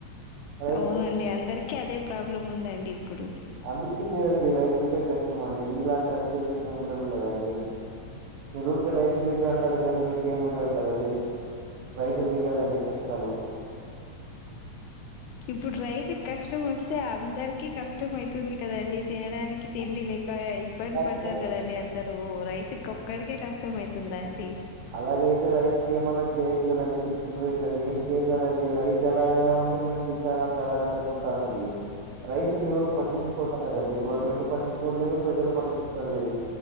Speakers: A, on the right; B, on the left.
A: రైతు
B: అవునండి. అందరికీ అదే ప్రాబ్లమ్ ఉందండి ఇప్పుడు.
A: అందకె కదండి రైతు అసలకే కష్టం అండి మీలాంటి అఫిషియల్స్ ఏం ఉండవు కదండి మీరు ఒక రైతు బిడ్డ అంటారు కానీ మీకేమి ఉండదు కదండి రైతులకే కదండి కష్టాలు
B: ఇప్పుడు రైతుకి కష్టం వస్తే అందరికి కష్టం ఐతుంది కదండి తినడానికి తిండి లేక్ క ఇబ్బంది
A: అలాగే
B: పడతారు కదండి అందరు రైతుకొక్కడికే కష్టం ఐతుందా అండి
A: అలాగైతే రైతుకి ఏమన్నా చేయొచ్చు కదండి ఫిక్స్డ్ రేట్ అని ఏం చేయరు కదండి రైతు ఎలాగైనా అండీ మేము తింటనం కదా అనే తట్టు ఉంటదండి రైతుని ఎవరు పట్టించుకుంటలేదండి గవర్నమెంట్ పట్టించుకోట్లేదు ప్రజలు పట్టించుకోవడం లేదు